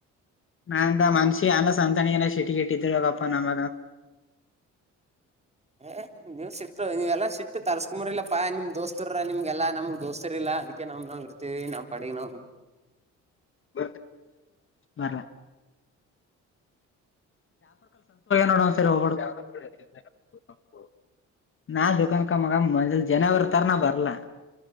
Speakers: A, on the left; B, on the right.
A: ನಾನಂತ ಮನ್ಷಿ ಅನ್ನ ಸಂತಾನಿ ಶಟ ಕಟ್ಟಿದ್ದ ಬಪ್ಪಾ ನಮ್ಮ
B: ಏ ನೀವು್ ಶಿಫ್ಟ್ ನೀವೆಲ್ಲಾ ಶಿಫ್ಟ್ ತರ್ಸ್ಕೊಂಬಾರಲ್ಲಾಪ್ಪಾ ನಿಮ್ ದೋಸ್ತರ ನಿಮ್ಗೆಲ್ಲಾ ನಮಗ್ ದೋಸ್ತರ್ಲ್ಲಾ ಅದಕ್ಕೆ ನ ನ ಬಿರ್ತೀವಿ ನಾ ಪಡಗನ
A: ಬ ಮ ನೋಡ ಒಂದ್ಸರಿ ಹೋಗ್ಬ <inaudible> ನಾ ದದುಕಾನ ಕ ಮ ಮೆ ಜನವ ತನಾ ಭರಲ